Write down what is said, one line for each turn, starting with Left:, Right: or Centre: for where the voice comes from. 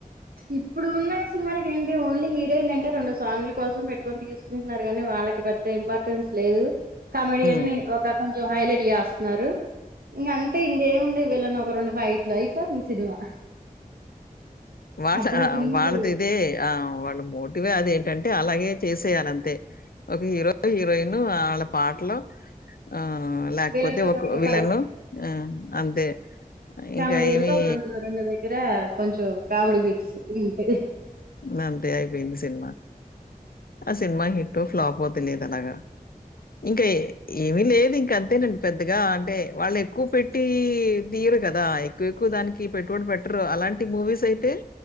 Right: ఇప్పుడు ఉన్న సిన్మాలకేంటి ఏంటి ఓన్లీ హీరోయిన్ అంటే రెండు సాంగ్ల కోసం పెట్టుకొని తీస్కంటున్నారు గానీ వాళ్ళకి పెద్ద ఇంపార్టెన్స్ లేదు కమీడియన్ని
Left: హ్మ్.
Right: ఒక కొంచెం హైలైట్ చేస్తన్నారు ఇంగ అంతే ఇంకేముంది వీళ్ళన్ ఒక రొండు ఫైట్లు అయిపోతుంది సినిమా
Left: వాళ్ళ
Right: అప్పుడు సినిమాలు
Left: వాళ్ళది ఇదే ఆ వాళ్ళ మోటివే అది ఏంటన్ టే అలాగే చేసేయాలంతే ఒక హీరొ హీరోయిన్ ఆళ్ళ పాట్లో ఆ లేకపోతే
Right: విలన్ కి
Left: ఒక
Right: రెండు
Left: విలను ఆ అంతే
Right: కామిడీయన్
Left: ఇంకా ఏమి
Right: ఒక రెండు రెండు దగ్గర కొంచెం కామెడీ బీట్స్ గింతే
Left: ఉ అంతే అయిపొయింది సిన్మా ఆ సినిమా హిటొ ఫ్లాపో తెలిదు అలాగా ఇంక ఏమి లేదు ఇంక అంతేనండి పెద్దగా అంటే వాళ్ళు ఎక్కువ పెట్టీ ది రు కదా ఎక్కువ ఎక్కువ దానికి పెట్టుబడి పెట్రు అలాంటి మూవీస్ అయితే